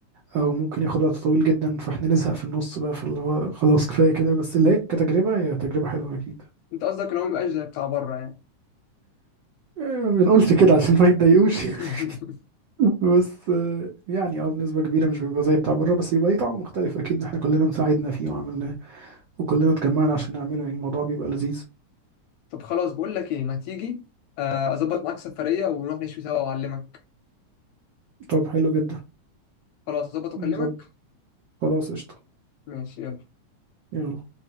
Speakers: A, on the right; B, on the left.
A: او ممكن ياخد وقت طويل جدا فاحنا نزهق في النص بقى فاللي هو خلاص كفايه كده بس اللي هي كتجربه هي تجربه حلوه اكيد
B: انت قصدك لو ما يبقاش زي بتاع بره يعني
A: يعني ما بنقولش كده عشان ما يتضايقوش
B: <laughs>
A: <laughs> بس آه، يعني اه بنسبه كبيره مش بيبقى زي بتاع بره بس بيبقى ليه طعم مختلف اكيد ان احنا كلنا مساعدنا فيه وعملناه وكلنا اتجمعنا عشان نعمله يعني الموضوع بيبقى لذيذ
B: طب خلاص بقول لك ايه ما تيجي آه، اظبط معاك سفريه ونروح نشوي سوا واعلمك
A: طب حلو جدا
B: خلاص اظبط واكلمك
A: بالظبط خلاص قشطه
B: ماشي يلا
A: يلا